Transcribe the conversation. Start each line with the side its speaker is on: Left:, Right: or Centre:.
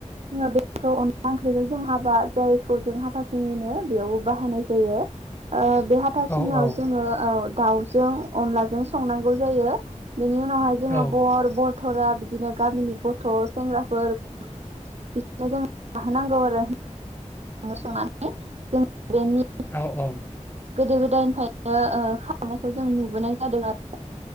Right: औ जोङो बेखौ अनला ओंख्रिजों जों हाबा जायखौ जों हाथासुनिनो बेयावबो बाहायनाय जायो ओ बे हाथासुनिआव
Left: औ औ
Right: जोङो औ दाउजों अनलाजों संनांगौ जायो । बिनि उनावहाय जोंङो
Left: औ
Right: बर बर थरा बिदिनो गामिनि गथ गथ सेंग्राफोर बिसनो जों जाहोनांगौ आरो संनानै जों बेनि
Left: औ औ
Right: गोदो गोदायनिफ्रायनो ओ खालामनायखौ जों नुबोनाय जादों आरो